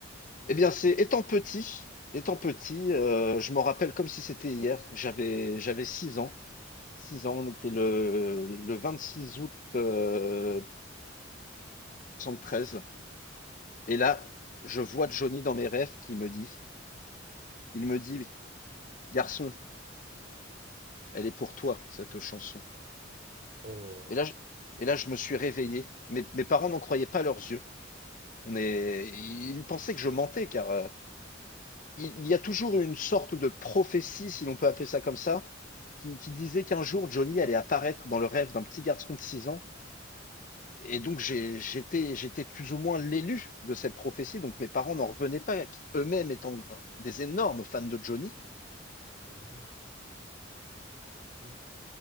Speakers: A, on the left; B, on the right.
A: Eh bien, c'est étant petit, étant petit, euh, je m'en rappelle comme si c'était hier. J'avais j'avais six ans. Six ans, on était le, le 26 août euh, treize Et là, je vois Johnny dans mes rêves qui me dit, il me dit, garçon. Elle est pour toi, cette chanson.
B: Oh.
A: Et là, je, et là, je me suis réveillé. Mes, mes parents n'en croyaient pas leurs yeux. On est, ils pensaient que je mentais, car euh, il y a toujours une sorte de prophétie, si l'on peut appeler ça comme ça, qui, qui disait qu'un jour Johnny allait apparaître dans le rêve d'un petit garçon de 6 ans. Et donc j'ai- j'étais j'étais plus ou moins l'élu de cette prophétie. Donc mes parents n'en revenaient pas, eux-mêmes étant des énormes fans de Johnny,
B: Mmh. Oui.